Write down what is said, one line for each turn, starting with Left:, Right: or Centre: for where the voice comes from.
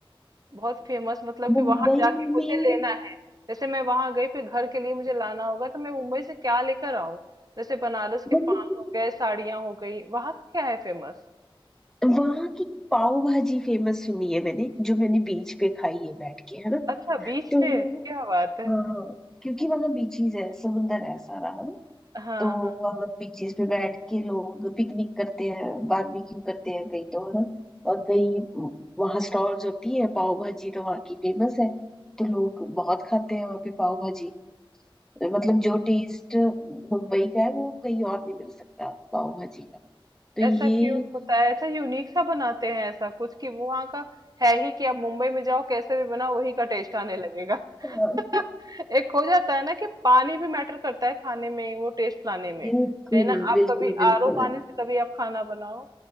Right: बहुत फेमस मतलब कि
Centre: मुंबई
Right: वहां जाके
Centre: में
Right: मुझे लेना है जैसे मैं वहां गई फिर घर के लिए मुझे लाना होगा तो मैं मुंबई से क्या लेकर आऊं जैसे बनारस के
Centre: मुंबई
Right: पान हो गए साड़ियां हो गई वहां का क्या है फेमस
Centre: वहां की पाव भाजी फेमस सुनी है मैंने जो मैंने बीच पे खाई है बैठ के है ना
Right: अच्छा बीच
Centre: तो
Right: पे क्या बात है
Centre: हाँ क्योंकि मतलब बीचीज है समुंदर है सारा है ना
Right: हाँ
Centre: तो
Right: हाँ
Centre: मतलब बीचीज पे बैठ के लोग पिकनिक करते हैं बारबेक्यू करते हैं कई तो है ना और कई वहाँ स्टॉल्स होती है पाव भाजी तो वहाँ की फेमस है तो लोग बहुत खाते हैं वहाँ पे पाव भाजी मतलब जो टेस्ट मुंबई का है वो कहीं और नहीं मिल सकता पाव भाजी का तो ये
Right: ऐसा क्यों होता है ऐसा यूनिक सा बनाते हैं ऐसा कुछ कि वो वहाँ का है ही कि आप मुंबई में जाओ कैसे भी बनाओ वही का टेस्ट आने लगेगा
Centre: <laughs>
Right: <laughs> एक हो जाता है ना कि पानी भी मैटर करता है खाने में वो टेस्ट लाने में
Centre: बिल्कुल
Right: है ना आप
Centre: बिल्कुल
Right: कभी
Centre: बिल्कुल
Right: आरओ पानी से कभी आप खाना बनाओ